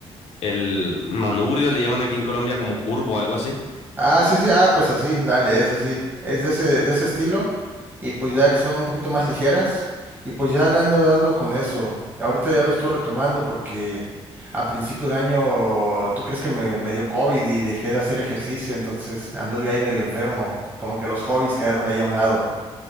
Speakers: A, on the left (about 70°); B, on the right (about 15°).
A: el manubrio le llaman aquí en Colombia como curvo, algo así.
B: Ah, sí, sí, ah, pues así, dale, es así, es de ese, de ese estilo, y pues ya que son un poquito más ligeras, y pues ya le ando dando con eso. Ahorita ya lo estoy retomando porque a principio de año, ¿tú crees que me, me dio COVID y dejé de hacer ejercicio? Entonces anduve ahí medio enfermo, como que los hobbies quedaron ahí a un lado.